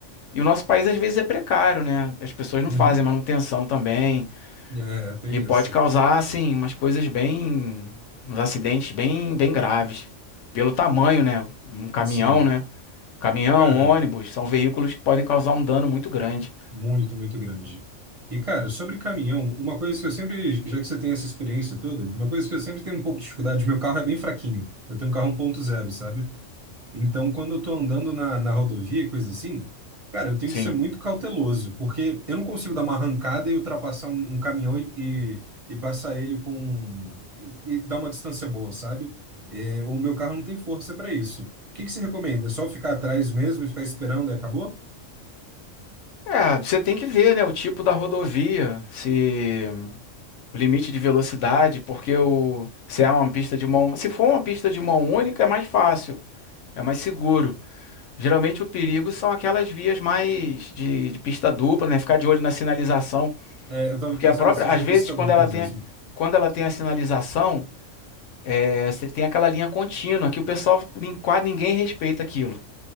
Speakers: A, on the left; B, on the right.
A: e o nosso país às vezes é precário, né? As pessoas não
B: Uhum.
A: fazem manutenção também
B: É, tem
A: e pode
B: isso.
A: causar assim umas coisas bem uns acidentes bem bem graves pelo tamanho, né? Um caminhão,
B: Sim.
A: né? Caminhão,
B: Cara,
A: ônibus, são veículos que podem causar um dano muito grande.
B: muito, muito grande. E, cara, sobre caminhão, uma coisa que eu sempre, já que você tem essa experiência toda, uma coisa que eu sempre tenho um pouco de dificuldade, meu carro é bem fraquinho. Eu tenho um carro 1.0, sabe? Então, quando eu tô andando na, na rodovia e coisa assim, cara, eu tenho
A: Sim.
B: que ser muito cauteloso, porque eu não consigo dar uma arrancada e ultrapassar um, um caminhão e, e, e passar ele com. um, e, e dar uma distância boa, sabe? É, o meu carro não tem força para isso. O que que você recomenda? É só ficar atrás mesmo e ficar esperando e acabou?
A: É, você tem que ver, né, o tipo da rodovia, se o limite de velocidade, porque o, se é uma pista de mão, se for uma pista de mão única é mais fácil, é mais seguro. Geralmente o perigo são aquelas vias mais de, de pista dupla, né, ficar de olho na sinalização,
B: É, eu tava
A: porque
B: pensando
A: a própria,
B: nessa
A: às
B: de
A: vezes
B: pista
A: quando
B: dupla
A: ela tem,
B: mesmo.
A: quando ela tem a sinalização, é, você tem aquela linha contínua que o pessoal nin- quase ninguém respeita aquilo.